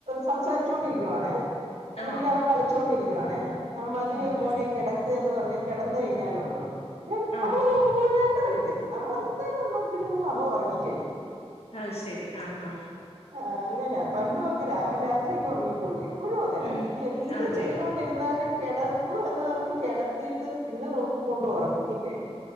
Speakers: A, on the right; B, on the left.
A: സംസാരിച്ചുണ്ടിരിക്കവാണേ അല്ലെങ്കിൽ
B: ആഹ്
A: അവൻ കളിച്ചോണ്ടിരിക്കുവാണേ ആ മതി
B: ഉം
A: മോനെ
B: ഉം
A: കിടക്ക് എന്ന് പറഞ്ഞ കിടന്ന് കഴിഞ്ഞാലുംണ്ട്
B: ആഹ്
A: നമ്മൾ നോക്കുമ്പോ രണ്ട് മിനിറ്റ് നമ്മൾ എന്തായാലും ഒ നോക്കിട്ട് നങ്ങുമ്പോ അവൻ ഉറങ്ങി കഴിയും
B: അഹ ശരി ആഹഹ
A: ആ അങ്ങനെ പണ്ടും അങ്ങനെ അവൻ രാത്രിയും ഉറങ്ങിക്കോളൂ ഇപ്പോഴും അങ്ങനെ
B: ഉം
A: ഇനി എന്ത്
B: അതെയോ
A: ചെയ്തൊണ്ടിരുന്നാലും കിടക്കുവാന്നു പറഞ്ഞ് കിടത്തിയിട്ട് പിന്നെ നോക്കുമ്പോണ്ട് ഒറ ങ്ങി കഴിഞ്ഞ്